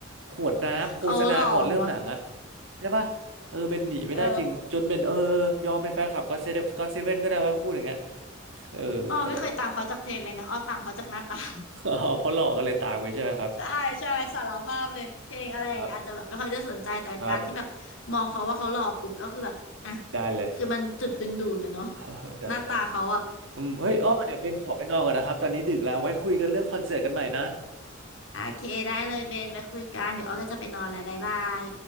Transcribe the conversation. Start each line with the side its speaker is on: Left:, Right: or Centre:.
Right: ขวดน้ำโฆษณาก่อนเริ่มหนังอะ
Left: เขาหล่อเนาะ
Right: ใช่ปะ เออเบนหนีไม่ได้จริงจนเบนเออ
Left: เออ
Right: ยอมเป็นแฟนคลับก็อตเซเว่นก็อตเซเว่นก็ได้ว่าพูดอย่างเงี้ยเออแต่ก็
Left: อ้อไม่เคยตามเขาจากเพลงเลยนะอ้อตามเขาจากหน้าตา
Right: <laughs> อ๋อเพราะหลอกก็เลยตามไปใช่ไหมครับ
Left: ใช่ใช่สารภาพเลยเพลงอะไรอย่างเงี้ยอาจจะแบบไม่ค่อยได้สนใจแต่การที่แบบมองเขาว่าเขาหล่อปุ๊บก็คือแบบอ่ะ
Right: ครับครับได้เลย
Left: คือมันจุดดึงดูดแต่เนาะ
Right: <laughs> ได้ได้
Left: หน้าตาเขาอะ
Right: อืมเฮ้ยอ้อเดี๋ยวเบนขอไปนอนก่อนนะครับตอนนี้ดึกแล้วไว้คุยกันเรื่องคอนเสิร์ตกันใหม่นะ
Left: โอเคได้เลยเบนไว้คุยกันเดี๋ยวอ้อก็จะไปนอนแล้วบ๊ายบาย